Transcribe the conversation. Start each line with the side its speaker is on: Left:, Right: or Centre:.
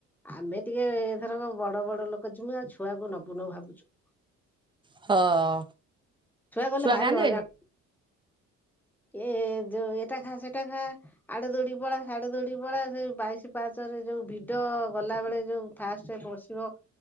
Centre: ଆମେ ଟିକେ ଏ ଥରକ ବଡ ବଡ ଲୋକ ଯିମୁ ଆଉ ଛୁଆକୁ ନବୁନୁ ଭାବୁଛୁ।
Right: ହଁ
Centre: ଗଲେ
Right: ଛୁଆ
Centre: ଭାରି
Right: କାନ୍ଦିବେନି?
Centre: ହଇରାଣ ଏ ଯୋ ଏଟା ଖା ସେଟା ଖା। ଆଡେ ଦୋଡିକି ପଳା ହାଡେ ଦୋଡିକି ପଳା ସେଇ ବାଇଶି ପାଚରେ ଯୋଉ ଭିଡ ଗଲା ବେଳେ ଯୋଉ ଫାଷ୍ଟରେ ପଶିବ